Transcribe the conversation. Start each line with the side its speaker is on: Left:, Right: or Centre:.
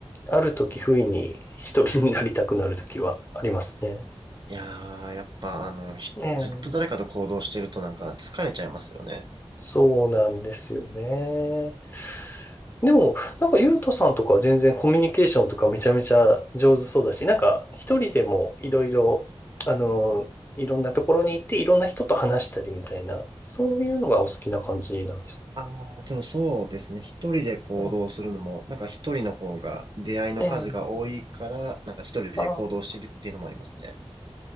Left: ある時不意に一人になりたくなる時はありますね。
Right: いやー、やっぱあの、ひずっと誰かと行動してるとなんか疲れちゃいますよね。
Left: ええそうなんですよね。でも、なんか、ゆうとさんとかは全然コミュニケーションとかめちゃめちゃ上手そうだし、なんか、一人でもいろいろ、あの、いろんなところに行って、いろんな人と話したりみたいな、そういうのがお好きな感じなんですか
Right: ああ、でもそうですね。一人で行動するのも、
Left: うん。
Right: なんか一人の方が出会いの数が多いから、
Left: ええ。
Right: なんか一人で行動してるっていうのもありますね。
Left: ああ、